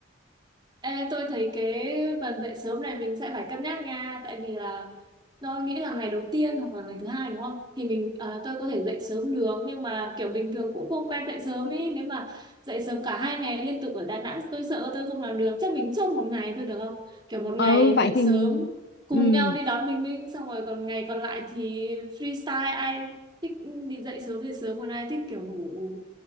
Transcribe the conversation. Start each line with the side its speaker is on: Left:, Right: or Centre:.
Right: Ê, tôi thấy cái phần dậy sớm này mình sẽ phải cân nhắc nha tại vì là Tôi nghĩ là ngày đầu tiên hoặc là ngày thứ hai đúng không? Thì mình à, tôi có thể dậy sớm được nhưng mà kiểu bình thường cũng không quen dậy sớm ấy. Nếu mà dậy sớm cả hai ngày liên tục ở Đà Nẵng tôi sợ tôi không làm được. Chắc mình chốt một ngày thôi được không? Kiểu một ngày
Left: ừ vậy
Right: dậy
Left: thì
Right: sớm cùng
Left: ừ
Right: nhau đi đón Bình Minh xong rồi còn ngày còn lại thì freestyle ai thích đi dậy sớm thì sớm còn ai thích kiểu ngủ